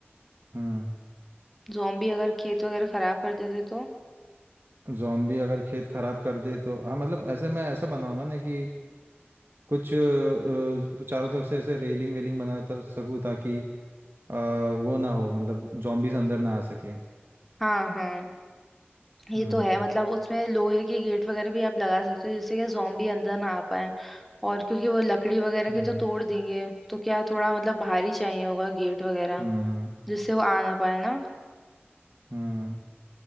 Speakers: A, on the right; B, in the centre.
A: हम्म
B: जोम्बी अगर खेत वगैरह खराब कर देते तो
A: जॉम्बी अगर खेत खराब कर दे तो हाँ मतलब ऐसे मैं ऐसा बनाऊंगा ना कि कुछ अ, अ, चारों तरफ से ऐसे रेलिंग वेलिंग बना ता- सकूं ताकि अ, वो ना हो मतलब जॉम्बीज अंदर ना आ सके
B: हाँ हाँ ये
A: हम्म
B: तो है मतलब उसमें लोहे के गेट वगैरह भी आप लगा सकते हो जिससे कि जोम्बी अंदर ना आ पाए और क्योंकि वो लकड़ी वगैरह
A: हम्म
B: के तो तोड़ देंगे तो क्या थोड़ा मतलब भारी चाहिए होगा गेट वगैरह
A: हम्म
B: जिससे वो आ ना पाए ना
A: हम्म